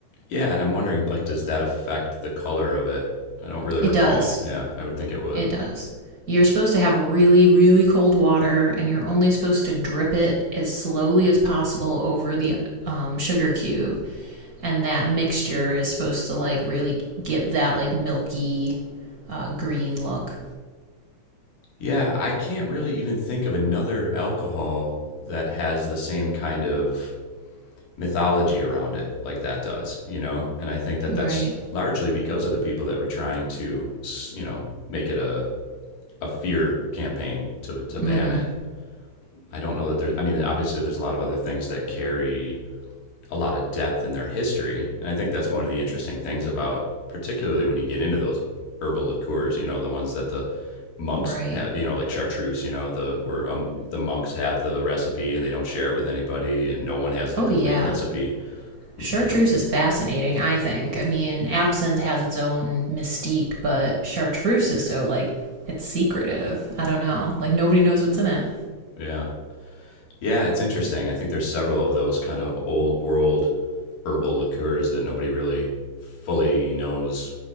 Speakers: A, on the left; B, on the right.
A: Yeah, and I'm wondering like, does that affect the color of it? I don't really recall.
B: It does.
A: Yeah, I would think it would.
B: It does. You're supposed to have really, really cold water, and you're only supposed to drip it as slowly as possible over the um, sugar cube. And that mixture is supposed to like really give that like milky uh, green look.
A: Yeah, I can't really even think of another alcohol that has the same kind of mythology around it like that does, you know? And I think that
B: Right.
A: that's largely because of the people that were trying to, you know, make it a, a fear campaign to, to ban
B: Mm hmm.
A: it. I don't know that there's, I mean, obviously there's a lot of other things that carry a lot of depth in their history. And I think that's one of the interesting things about, particularly when you get into those herbal liqueurs, you know, the ones that the monks
B: Right.
A: have, you know, like chartreuse, you know, the, where um, the monks have the recipe and they don't share it with anybody and no one has the
B: Oh,
A: complete
B: yeah.
A: recipe.
B: Chartreuse
A: You know,
B: is fascinating, I think. I mean, absinthe has its own mystique, but chartreuse is so like, it's secretive. I don't know. Like, nobody knows what's in it.
A: Yeah. Yeah, it's interesting. I think there's several of those kind of old world herbal liqueurs that nobody really fully knows.